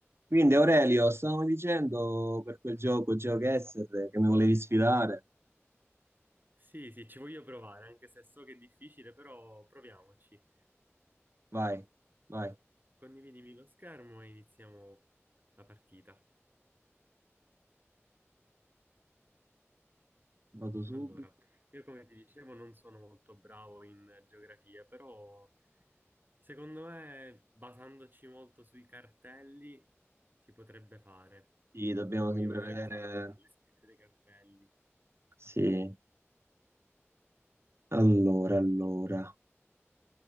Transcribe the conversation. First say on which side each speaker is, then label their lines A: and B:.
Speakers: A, on the right (about 60°); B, on the right (about 40°).
A: Quindi Aurelio, stavamo dicendo per quel gioco GeoGuessr che mi volevi sfidare.
B: Sì, sì, ci voglio provare, anche se so che è difficile, però proviamoci.
A: Vai, vai,
B: Condividimi lo schermo e iniziamo la partita.
A: vado subito.
B: Allora, io come ti dicevo non sono molto bravo in geografia, però secondo me, basandoci molto sui cartelli, si potrebbe fare.
A: Sì, dobbiamo
B: Cioè, voglio
A: sempre
B: vedere
A: vedere.
B: cosa ha le scritte dei cartelli.
A: Sì, allora, allora,